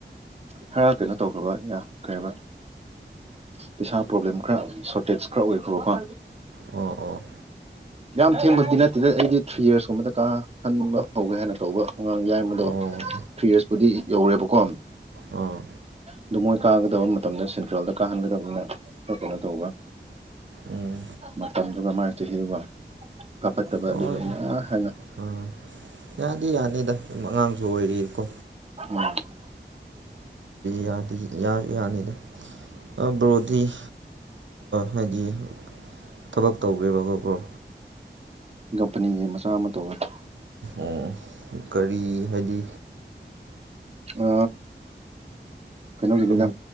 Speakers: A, on the right; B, on the right.
A: ꯈꯔ ꯀꯩꯅꯣ ꯇꯧꯈ꯭ꯔꯕ ꯌꯥ ꯀꯔꯕ ꯄꯩꯁꯥ ꯄ꯭ꯔꯣꯕ꯭ꯂꯦꯝ ꯈꯔ ꯁꯣꯔꯇꯦꯖ ꯈꯔ ꯑꯣꯏꯈ꯭ꯔꯕꯀꯣ
B: ꯑꯣ ꯑꯣ
A: ꯌꯥꯝ ꯊꯦꯡꯕꯗꯤ ꯅꯠꯇꯦꯗ ꯑꯩꯗꯤ ꯊ꯭ꯔꯤ ꯌꯔꯁꯀꯨꯝꯕꯗ ꯀꯥꯍꯟꯕ ꯍꯧꯒꯦ ꯍꯥꯏꯅ ꯇꯧꯕ ꯑꯉꯥꯡ ꯌꯥꯏꯕꯗꯣ
B: ꯑꯣ
A: ꯐꯤꯔꯁꯄꯨꯗꯤ ꯌꯧꯔꯦꯕꯀꯣ
B: ꯑꯥ
A: ꯑꯗꯨꯣ ꯃꯣꯏ ꯀꯥꯒꯗꯕ ꯃꯇꯝꯗ ꯁꯦꯟꯇ꯭ꯔꯦꯜꯗ ꯀꯥꯍꯟꯒꯗꯕꯅꯤꯅ ꯀꯩꯅꯣ ꯇꯧꯕ
B: ꯎꯝ
A: ꯃꯇꯝꯗꯨꯒ ꯃꯥꯥꯏꯛꯇ ꯍꯤꯔꯨꯕ ꯐ ꯐꯠꯇꯕ
B: ꯍꯣꯏ
A: ꯑꯗꯨ ꯑꯅ ꯍꯥꯏꯪꯉ
B: ꯑꯥ ꯌꯥꯗꯤ ꯌꯥꯅꯤꯗ ꯑꯗꯨꯝ ꯑꯉꯥꯡꯁꯨ ꯑꯣꯏꯔꯤꯀꯣ
A: ꯎꯝ
B: ꯌꯥ ꯌꯥ ꯌꯥꯅꯤꯗ ꯕ꯭ꯔꯣꯗꯤ ꯍꯥꯏꯗꯤ ꯊꯕꯛ ꯇꯧꯒꯦꯕꯀꯣ ꯕ꯭ꯔꯣ
A: ꯀꯝꯄꯅꯤꯒꯤ ꯃꯆꯥ ꯑꯃ ꯇꯧꯋꯅꯤ
B: ꯑꯣ ꯀꯔꯤ ꯍꯥꯏꯗꯤ
A: ꯑ ꯀꯩꯅꯣꯒꯤꯅꯤꯗ
B: ꯁꯨꯝ